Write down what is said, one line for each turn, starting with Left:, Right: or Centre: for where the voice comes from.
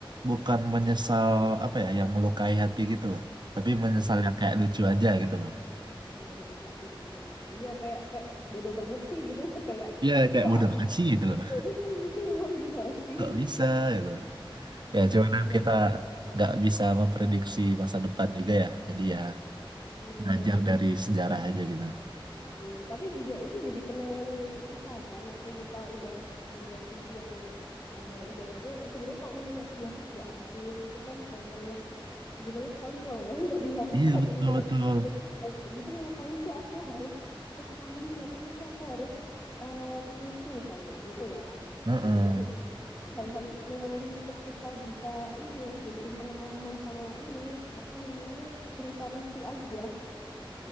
Right: bukan menyesal apa ya, yang melukai hati gitu loh. Tapi menyesal
Left: mm,
Right: yang kayak lucu aja gitu loh.
Left: mm, mm, betul betul betul iya kayak kayak bodoh banget sih gitu ya kayak
Right: Ya kayak
Left: kok
Right: bodoh
Left: aku
Right: banget sih gitu loh.
Left: itu gitu gitu loh ya nggak sih
Right: Kok bisa gitu. Ya
Left: Oh,
Right: cuman kan
Left: iya
Right: kita nggak bisa memprediksi masa depan juga ya. Jadi ya
Left: bener.
Right: belajar dari sejarah aja gitu.
Left: Bener. Tapi juga itu jadi kenangan kita kan waktu kita udah di posisi yang eh, ibaratnya sebenarnya kalau menengok ke belakang ya ampun itu kan hal-hal yang sebenarnya konyol ya <laughs> untuk dilakukan
Right: Iya betul
Left: gitu loh.
Right: betul.
Left: Dan kayak gitu ngapain sih aku harus sekali ngapain sih aku harus eh tangisi misalnya kayak gitu ya.
Right: Heeh.
Left: Gitu kan hal-hal memori untuk kita bisa ini ya jadiin pengalaman sama ini apa namanya cerita lucu aja.